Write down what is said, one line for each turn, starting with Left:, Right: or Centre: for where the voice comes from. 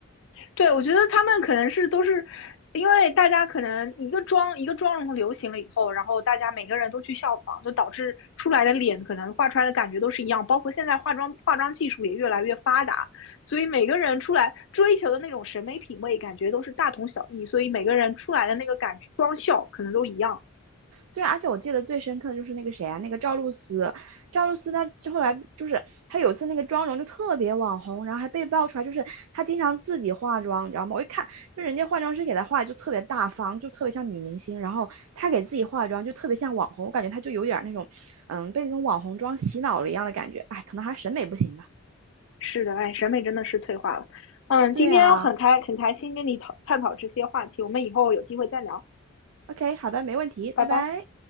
Left: 对，我觉得他们可能是都是因为大家可能一个妆一个妆容流行了以后，然后大家每个人都去效仿，就导致出来的脸可能画出来的感觉都是一样。包括现在化妆化妆技术也越来越发达，所以每个人出来追求的那种审美品味，感觉都是大同小异。所以每个人出来的那个感觉妆效可能都一样。
Right: 对，而且我记得最深刻的就是那个谁啊，那个赵露思，赵露思她就后来就是她有一次那个妆容就特别网红，然后还被爆出来，就是她经常自己化妆，你知道吗？我一看就人家化妆师给她化的就特别大方，就特别像女明星，然后她给自己化妆就特别像网红，我感觉她就有点儿那种，嗯，被那种网红妆洗脑了一样的感觉，哎，可能还是审美不行吧。
Left: 是的，哎，审美真的是退化了。嗯，
Right: 对啊
Left: 今天很开很开心跟你讨探讨这些话题，我们以后有机会再聊，
Right: ，OK，好的，没问题，拜拜。
Left: 拜拜。